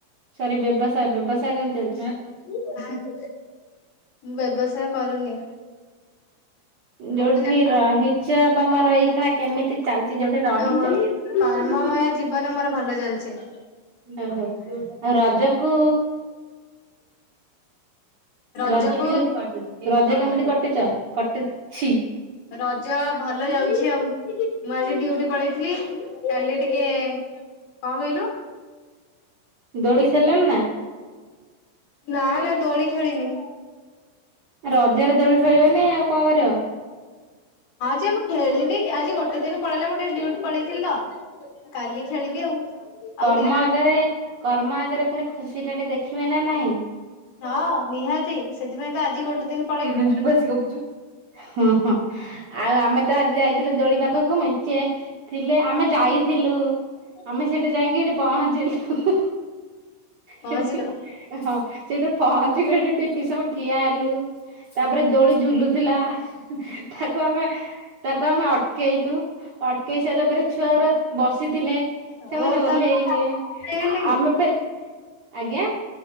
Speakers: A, on the right; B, on the left.
A: ସରି ବ୍ୟବସାୟ ବ୍ୟବସାୟ କେମିତି ଚାଲିଚି ଏଁ,?
B: ହୁଁ, ମୁଁ ବ୍ୟବସାୟ କରୁନି। ମୁଁ
A: ଯୋଉଠି
B: ଗୋଟେ
A: ରହିଚ ତୋମର ଏଇଖିଣା କେମିତି ଚାଲିଚି ଯୋଉଠି ରହିଚ?
B: ଜାଣିନି। କର୍ମମୟ ଜୀବନ ମୋର ଭଲ ଚାଲିଚି।
A: ଓହୋ, ରଜକୁ
B: ରଜକୁ
A: ରଜ ରଜ କେମିତି କଟିଚ କଟିଛି?
B: ରଜ ଭଲ ଯାଉଛି ଆଉ। ମୁଁ ଆଜି ଡିଉଟି ପଳେଇଥିଲି, କାଲି ଟିକେ, କଣ କହିଲୁ?
A: ଦୋଳି ଖେଳିଲଣି ନା?
B: ନା, ନା। ଦୋଳି ଖେଳିନି।
A: ରଜରେ ଦୋଳି ଖେଳିବନି ଆଉ କଣ କରିବ?
B: ହଁ ଯେ ମୁଁ ଖେଳିବି, ଆଜି ଗୋଟେ ଦିନ ପଳେଇଲେ, ମୁଁ ଟିକେ ଡିଉଟି ପଳେଇଥିଲି ତ। କାଲି ଖେଳିବି ଆଉ।
A: କର୍ମ
B: ଆଉ ଦି ଦିନ
A: ଆଗରେ, କର୍ମ ଆଗରେ ଫେର୍ ଖୁସି ଟା ଟେ ଦେଖିବେ ନା ନାହିଁ?
B: ହଁ ନିହାତି ସେଥିପାଇଁ ତ ଆଜି ଗୋଟେ ଦିନ ପଳେଇ
A: ତୁ ତ ବେଶୀ ଗପୁଚୁ। ହଁ, ହଁ ଆଉ ଆମେ ତ ଆଜି ଯାଇଥିଲୁ ଦୋଳି ପା ଖକୁ ମେଞ୍ଚେ ଥିଲେ ଆମେ ଯାଇଥିଲୁ
B: <inaudible>
A: ଏଠୁ ଯାଇକି ସେଟି ପହଞ୍ଚିଲୁ ହୁଁ ହୁଁ
B: ପହଞ୍ଚିଲ
A: ସେଠି ଏ ହଁ ସେଉଠୁ ପହଞ୍ଚି ସେଠି ଟି କିସ ସମୟ ଠିଆ ହେଲୁ। ତାପରେ ଦୋଳି ଝୁଲୁଥିଲା। ତାକୁ ଆମେ ତାକୁ ଆମେ ଅଟକେଇଲୁ, ଅଟକେଇ ସାରିଲା ପରେ ଛୁଆ ଗୁରା ବସିଥିଲେ। ସେମାନେ
B: ଓ
A: ଓହ୍ଲେଇଲେ,
B: ତ ହେଇଗଲେ କି
A: ଆମେ ଫେର୍ ଆଜ୍ଞା,